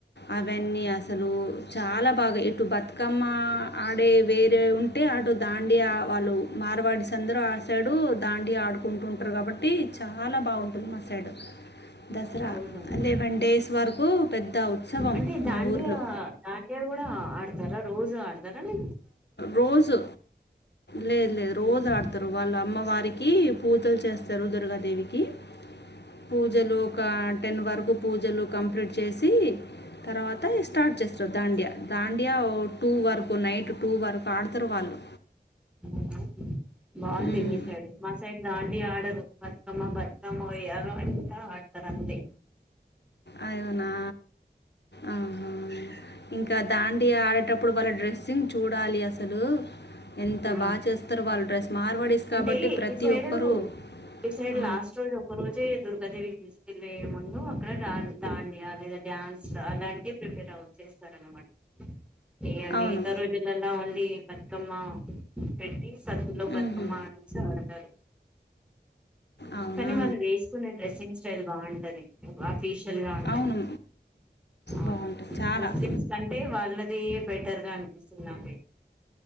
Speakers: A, on the left; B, in the centre.
A: అవన్నీ అసలు చాలా బాగా బతుకమ్మ ఆడే వేరే ఉంటే అటు దాండి వాళ్ళు మారవాడిస్ అందరూ ఆ సైడు దాండి ఆ డుకుంటుంటారు కాబట్టి చాలా బాగుంటుంది మా సైడ్ దసరా
B: అవునవును
A: లెవెన్ డేస్ వరకు పెద్ద ఉత్సవం
B: అంటే దాండియా
A: మా ఊర్లో
B: దాండియా కూడా ఆడతారా రోజు ఆడుతారా లే
A: రోజు లేదు లేదు
B: ఉహు
A: రోజు ఆడతారు వాళ్ళు అమ్మవారి కి పూజలు చేస్తారు దుర్గాదేవికి పూజలు ఒక టెన్ వరకు పూజలు కంప్లీట్ చేసి తర్వాత స్టార్ట్ చేస్తారు దాండియా దాండియా టూ వరకు నైట్ టూ వారుకు ఆడుతారు వాళ్ళు.
B: అవునా బాగుంది
A: ఉమ్,
B: మీ సైడ్ మా సైడ్ దాండడి ఆడదు బతుకమ్మ బతుకమ్మఉయ్యాలో అంటా ఆడతారు అంతే.
A: అయన నా ఆహా ఇంకా దాం డియా ఆడేటప్పుడు వాళ్ డెస్సింగ్ చూడ చూడాలి అసలు ఎంత
B: హు
A: బాగా చేస్తారు వాళ్ళ డ్రెస్ మార్వాడీస్
B: అంటే
A: కాబట్టి ప్రతి
B: ఇటు సైడు
A: ఒక్కరు
B: ఇటు సైడ్
A: ఆ,
B: లాస్ట్ రోజు ఒక్క రోజే దుర్గాదేవికి తీసుకు కింద ఎమ్ ముందు అక్కడ దాండియా లేదా డ్యాన్స్ అలాంటివి ప్రిపేర్ అవుచ్చేస్తారు అన్నమాట ఇగ మిగతారోజులలో
A: అవును
B: ఓన్లీ బతుకమ్మ పెట్టి సద్దుల బతుకమ్మనించి
A: ఉహుం.
B: ఆడతారు
A: అవునా
B: కానీ వాళ్ళు వేసుకునే డ్రెస్సింగ్ స్టైల్ బాగుంటది <inaudible> స్పెషిల్ గా ఉంటాంది
A: అవును
B: అవును
A: బాగుంటుంది చాలా
B: ముస్లిమ్స్ కంటే వాళ్ళది బెటర్గా అనిపిస్తుంది నాకైతే